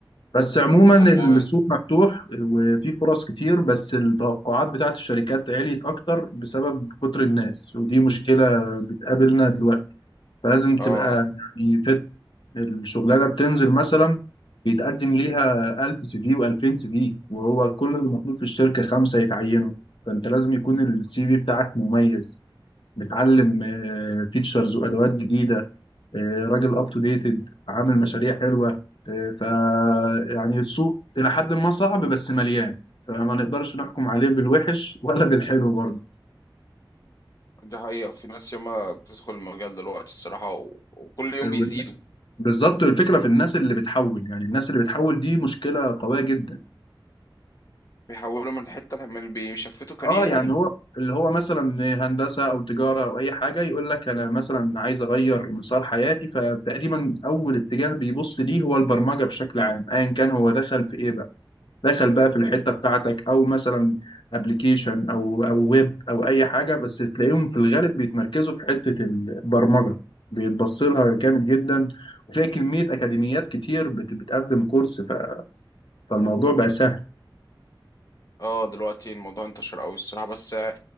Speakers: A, on the left; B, on the left.
A: بس عموما
B: طب
A: السوق
B: و
A: مفتوح وفي فرص كتير بس التوقعات بتاعت الشركات عليت أكتر بسبب كتر الناس ودي مشكلة بتقابلنا دلوقتي فلازم تبقى
B: اه
A: يعني فت الشغلانة بتنزل مثلا بيتقدم ليها 1000 سي في و2000 سي في وهو كل اللي مطلوب في الشركة خمسة يتعينوا فأنت لازم يكون السي في بتاعك مميز بتعلم فيتشرز وأدوات جديدة آه، راجل اب تو ديتد عامل مشاريع حلوه آه، ف يعني السوق الى حد ما صعب بس مليان فما نقدرش نحكم عليه بالوحش ولا بالحلو برضه
B: دي حقيقة في ناس ياما بتدخل المجال دلوقتي الصراحة و... وكل يوم
A: آه،
B: بيزيدوا
A: وال- بالظبط الفكره في الناس اللي بتحول يعني الناس اللي بتحول دي مشكله قويه جدا
B: بيحولوا من حتة من بيشفتوا كارير
A: اه
B: يعني
A: يعني هو اللي هو مثلا هندسه او تجاره او اي حاجه يقول لك انا مثلا عايز اغير مسار حياتي فتقريبا اول اتجاه بيبص ليه هو البرمجه بشكل عام ايا كان هو دخل في ايه بقى دخل بقى في الحته بتاعتك او مثلا ابلكيشن او او ويب او اي حاجه بس تلاقيهم في الغالب بيتمركزوا في حته البرمجه بيتبص لها جامد جدا وفيها كميه اكاديميات كتير بت- بتقدم كورس ف- فالموضوع بقى سهل
B: اه دلوقتي الموضوع انتشر قوي الصراحة بس آه،